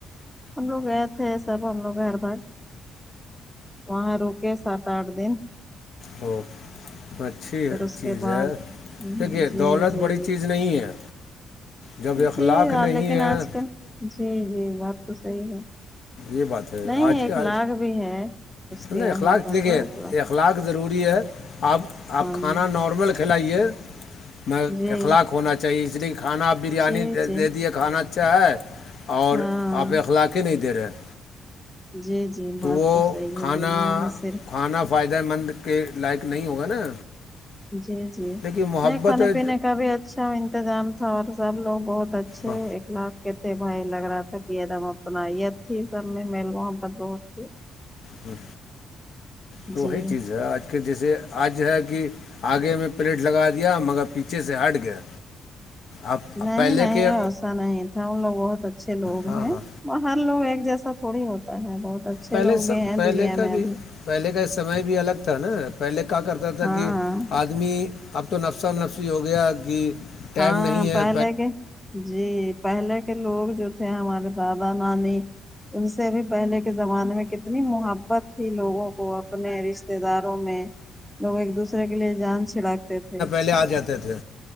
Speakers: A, in the centre; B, on the left.
A: ہم لوگ گئے تھے سب ہم لوگ گھر بھر وہاں رک سات آٹھ دن
B: وہ اچھی
A: پھر اس کے
B: چیز
A: بعد
B: ہے دیکھیے
A: جی
B: دولت
A: جی
B: بڑی چیز نہیں ہے جب اخلاق
A: جی آ-
B: نہیں
A: لیکن
B: ہیں
A: آج کل جی جی بات تو صحیح ہے
B: یہ بات ہے
A: نہیں
B: آج
A: ایک
B: کا
A: لاکگ بھی ہے اس کے
B: نہیں
A: یہاں
B: اخلاق
A: کا
B: دیکھیے
A: تو ایک وق
B: اخلاق ضروری ہے آپ آپ
A: ہم
B: کھانا نارمل کھلائیے میں
A: جی
B: اخلاق ہونا چاہیے اس لیے کھانا آپ بریانی
A: جی جی
B: دے دیے کھانا اچھا ہے اور
A: ہاں
B: آپ اخلاقی نہیں دے رہے ہیں
A: جی جی بات
B: وہ
A: تو صحیح
B: کھانا
A: ہے دنیا میں صرف
B: کھانا فائدہ مند کے لائق نہیں ہوگا نا
A: جی جی
B: لیکن محبت
A: نہیں کھانے
B: ہے
A: پینے کا بھی اچھا انتظام تھا اور سب لوگ بہت اچھے
B: ہاں
A: ایک لاکھ کہ تھے بھائی لگ رہا تھا کہ ایک دم اپنات تھی سب میں میل وہ پرت بہت تھی
B: ہاں توی
A: جی
B: چیز ہے آج کہ جیسے آج ہے کہ آگے میں پلیٹ لگا دیا مگر پیچھے سے ہٹ گیا اب
A: نہیں
B: پہلے
A: نہیں
B: کے
A: ایسا نہیں تھا ان لوگ بہت اچھے لوگ
B: ہاں
A: ہیں
B: ہاں
A: وہ ہر لوگ ایک جیسا تھوڑی ہوتا ہے بہت اچھے
B: پہلے
A: لوگ بھی
B: سب
A: ہیں
B: پہلے
A: دنیا
B: کا
A: میں
B: بھی
A: ابھی
B: پہلے کا سمے بھی الگ تھا نا پہلے کیا کرتا تھا
A: ہاں
B: کہ آدمی اب تو نفسا نفسی ہو گیا کہ ٹائم
A: ہاں
B: نہیں ہے
A: پہلے کے جی پہلے کے لوگ جو تھے ہمارے دادا نانی ان سے بھی پہلے کے زمانے میں کتنی محبت تھی لوگوں کو اپنے رشتے رشتے داروں میں لوگ ایک دوسرے کے لیے جان چھڑکتے تھے
B: ےآ جاتے تھے